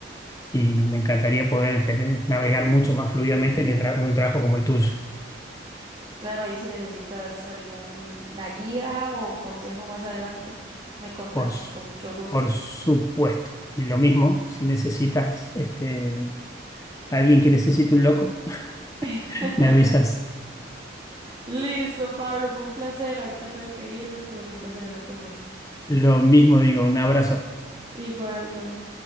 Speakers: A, on the left; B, on the right.
A: y me encantaría poder tener, navegar mucho más fluidamente en, el tra- en un trabajo como el tuyo,
B: Claro, ahí si necesitas alguna guía o consejo más adelante, me contactas
A: por, su-
B: con mucho gusto.
A: por supuesto. Y lo mismo, si necesitas este, alguien que necesite un loco,
B: <laughs>
A: <laughs> me avisas.
B: Listo, Pablo, fue un placer. Ahorita tengo que irme, pero fue un placer hablar con vos.
A: Lo mismo digo, un abrazo.
B: Igual, bye.